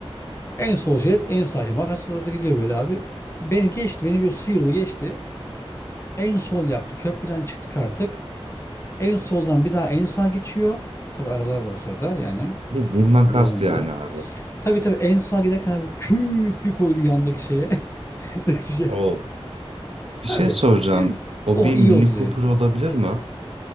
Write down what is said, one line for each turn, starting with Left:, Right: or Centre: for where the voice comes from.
Left: En sol şerit en sağ şerit. Makasla da gidiyor böyle abi. Beni geçti beni bir sıyırdı geçti. En sol yaptı köprüden çıktık artık. En soldan bir daha en sağ geçiyor. Tabi arabalar var o sırada yani
Right: Bildiğin makas
Left: yoğun
Right: yani
Left: bir yol.
Right: abi.
Left: tabi tabi en sağa giderken abi küt bir koydu yandaki şeye. <laughs> <laughs> bir şey.
Right: Of. Bir
Left: Tabii.
Right: şey soracağım.
Left: Dedim ki,
Right: O
Left: oh
Right: bir
Left: iyi
Right: Mini
Left: oldu
Right: Cooper
Left: dedim.
Right: olabilir mi?